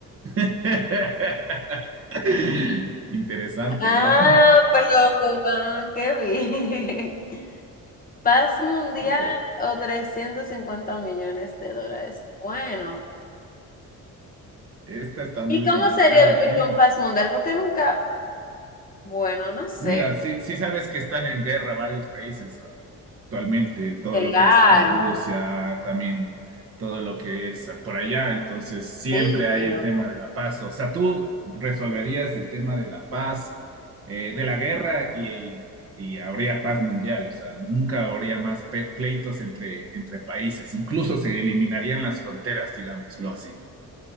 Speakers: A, on the right; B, on the left.
A: <laughs> <laughs> Interesante,
B: Ah,
A: ¿no?
B: pero ah, qué bien. Paz mundial
A: Esta,
B: o 350 millones de dólares. Bueno.
A: esta está muy
B: ¿Y cómo
A: complicada,
B: sería vivir
A: ¿eh?
B: con paz mundial? Porque nunca, bueno, no sé.
A: Mira, sí, sí sabes que están en guerra varios países ah, actualmente, todo
B: Claro,
A: lo que es con Rusia, también todo lo que es ah, por allá, entonces siempre
B: sí,
A: hay
B: pero
A: el tema de la paz. O sea, tú resolverías el tema de la paz, eh, de la guerra y, y habría paz mundial, o sea, nunca habría más pe- pleitos entre, entre países, incluso se eliminarían las fronteras, digámoslo así.